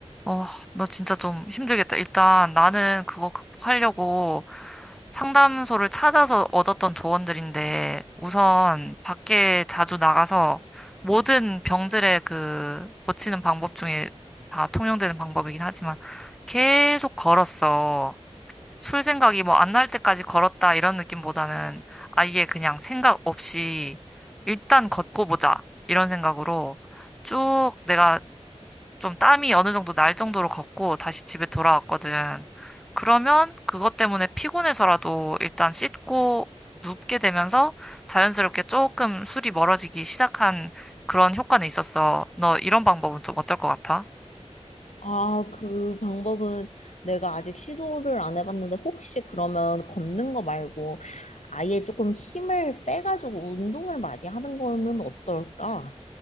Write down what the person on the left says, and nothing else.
아, 그 방법은 내가 아직 시도를 안 해봤는데 혹시 그러면 걷는 거 말고 아예 조금 힘을 빼가지고 운동을 많이 하는 거는 어떨까?